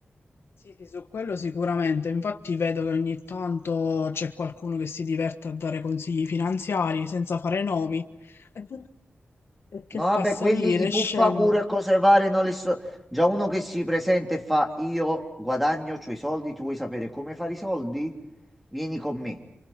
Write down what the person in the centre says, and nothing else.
no,
vabbè,
quelli i
fuffaguru
e cose varie non li so. Già uno che si presenta e fa io guadagno, c'ho i soldi, tu vuoi sapere come fare i soldi? Vieni con me.